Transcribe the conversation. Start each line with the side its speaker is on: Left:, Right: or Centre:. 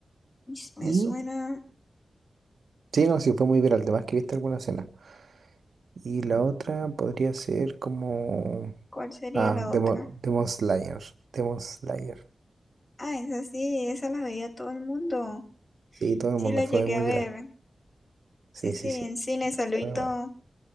Left: is- me
Right: Y
Left: suena.
Right: Sí, no, sí, fue muy viral, además que viste alguna escena. Y la otra podría ser como...
Left: ¿Cuál sería
Right: Ah,
Left: la
Right: Demo-
Left: otra?
Right: Demon Slayer. Demon Slayer.
Left: Ah, esa sí, esa la veía todo el mundo.
Right: Sí, todo el
Left: Sí,
Right: mundo
Left: la
Right: fue
Left: llegué
Right: muy
Left: a ver.
Right: viral. Sí,
Left: Sí, sí,
Right: sí, sí.
Left: en cine salió y
Right: Fue
Left: todo.
Right: bueno.